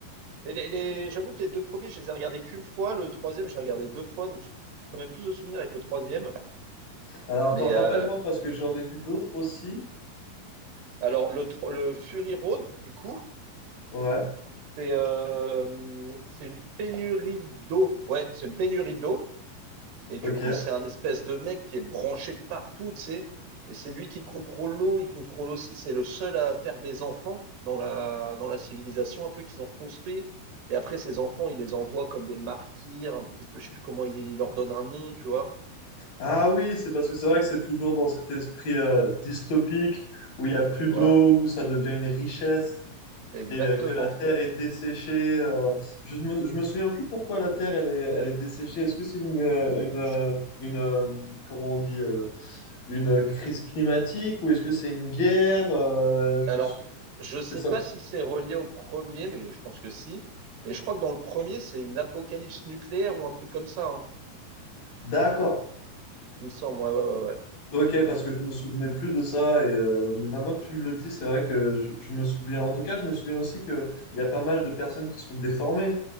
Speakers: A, on the right; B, on the left.
A: Mais les, les- j'avoue que les deux premiers, je les ai regardés qu'une fois. Le troisième, je l'ai regardé deux fois, donc j'ai quand même plus de souvenirs avec le troisième.
B: Alors attends,
A: Mais
B: rappelle-moi
A: euh,
B: parce que j'en ai vu d'autres aussi.
A: alors, le, tro- le Fury Road, du coup,
B: Ouais,
A: c'est euh, c'est une pénurie d'eau. Ouais, c'est une pénurie d'eau. Et du
B: ok.
A: coup, c'est un espèce de mec qui est branché de partout, tu sais. Et c'est lui qui contrôle l'eau, il contrôle aussi. C'est le seul à faire des enfants dans la, dans la civilisation, un peu qu'ils ont reconstruit. Et après, ces enfants, il les envoie comme des martyrs, un petit peu, je sais plus comment il, il leur donne un nom, tu vois.
B: Ah oui, c'est parce que c'est vrai que c'est toujours dans cet esprit euh, dystopique où il n'y a plus
A: Voilà,
B: d'eau, où ça devient une richesse.
A: exactement.
B: et euh, que la terre est desséchée. euh, je me, je me souviens plus pourquoi la terre elle est, elle est desséchée. Est-ce que c'est une, euh, une, euh,
A: Je-
B: une, euh, comment on dit, euh, une euh, crise climatique ou est-ce que c'est une guerre? euh, je
A: alors,
B: me sou-
A: je sais
B: c'est ça.
A: pas si c'est relié au premier, mais je pense que si. Mais je crois que dans le premier, c'est une apocalypse nucléaire ou un truc comme ça, hein.
B: D'accord.
A: Il me semble, ouais, ouais, ouais, ouais.
B: Ok, parce que je me souvenais plus de ça et euh, mais maintenant que tu me le dis, c'est vrai que je, je me souviens. En tout cas, je me souviens aussi que il y a pas mal de personnes qui sont déformées